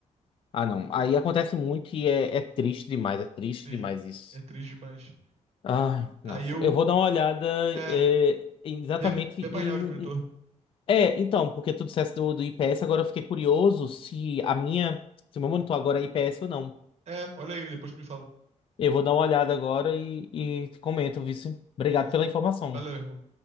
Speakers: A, on the left; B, on the right.
A: Ah, não. Aí acontece muito e é é triste demais. É triste
B: Sim,
A: demais isso.
B: é triste demais.
A: Ai,
B: Aí
A: nossa.
B: eu.
A: Eu vou dar uma olhada
B: É,
A: é, em- exatamente
B: vê, vê
A: em.
B: painel de monitor.
A: em- É, então, porque tu dissesse do, do IPS, agora eu fiquei curioso se a minha. Se o meu monitor agora é IPS ou não.
B: É, olha aí, depois tu me fala.
A: Eu vou dar uma olhada agora e, e te comento, vice. Obrigado
B: Beleza.
A: pela informação.
B: Valeu, irmão.